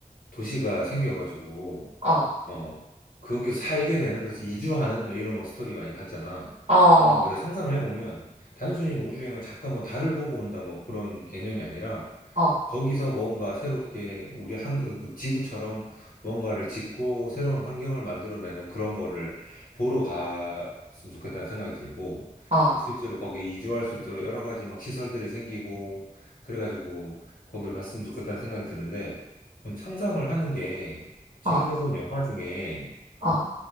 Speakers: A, on the left (about 80°); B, on the right (about 45°).
A: 도시가 생겨가지고,
B: 어,
A: 어, 거기서 살게 되는, 그래서 이주하는 뭐 이런 뭐 스토리 많이 봤잖아.
B: 어, 어,
A: 그래서 내가 상상을 해보면, 단순히 뭐 우주여행을 잠깐 뭐 달을 보고 온다 뭐 그런 개념이 아니라,
B: 어,
A: 거기서 뭔가 새롭게 우리 한, 그 지구처럼 뭔가를 짓고 새로운 환경을 만들어내는 그런 거를 보러 갔으면 좋겠다는 생각이 들고,
B: 어,
A: 실제로 거기에 이주할 수 있도록 여러 가지 막 시설들이 생기고, 그래가지고 거기를 갔으면 좋겠다는 생각이 드는데, 좀 상상을 하는 게, 최근에
B: 어,
A: 본 영화 중에
B: 어,